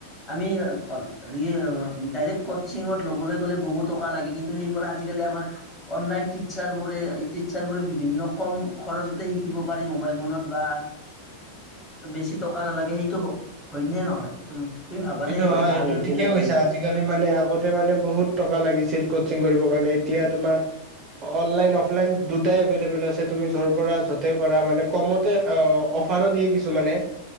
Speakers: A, on the left (about 20°); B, on the right (about 30°).
A: আমি হেৰি ডাইৰেক্ট কচিঙত ল'বলৈ গ'লে বহুত টকা লাগে কিন্তু সেইবোৰ আজিকালি আমাৰ অনলাইন টিৰ্চাৰ বোৰে টিৰ্চাৰ বোৰে বিভিন্ন কম খৰচতে শিক দিব পাৰি মোবাইল ফোনত বা বেছি টকা নালাগে সেইটো হয়নে নহয়? তুম- তুমি ভাবানে
B: এইটো হয়
A: ভাল
B: এইটো
A: হৈছে
B: ঠিকে
A: নে বেয়া
B: কৈছা
A: হৈছে
B: আজিকালি মানে আগতে মানে বহুত টকা লাগিছিল। কচিং কৰিবৰ কাৰণে এতিয়া তোমাৰ অনলাইন অফলাইন দুটাই এভেইলেবল আছে তুমি য পৰা যতে কৰা মানে কমতে অ অফাৰো দিয়ে কিছু মানে।